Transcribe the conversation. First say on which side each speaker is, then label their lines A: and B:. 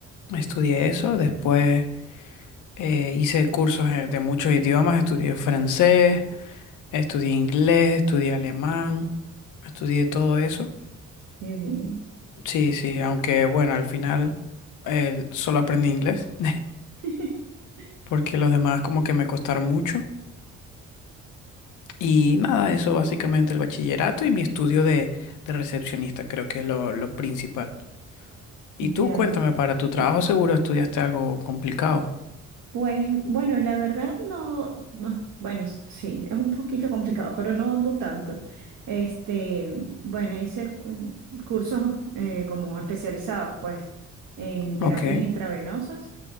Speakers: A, on the left (about 80°); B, on the right (about 80°).
A: Estudié eso, después eh, hice cursos eh, de muchos idiomas, estudié francés, estudié inglés, estudié alemán, estudié todo eso.
B: qué bien.
A: Sí, sí, aunque bueno, al final eh, solo aprendí inglés, <laughs>
B: <laughs>
A: porque los demás como que me costaron mucho. Y nada, eso básicamente el bachillerato y mi estudio de, de recepcionista, creo que es lo, lo principal. Y
B: Ya.
A: tú cuéntame, para tu trabajo
B: Eh,
A: seguro estudiaste algo complicado.
B: Pues bueno, la verdad no, no, bueno, s- sí, es un poquito complicado, pero no, no tanto. Este, bueno, hice cu- cursos eh, como especializados, pues, en terapias
A: Ok,
B: intravenosas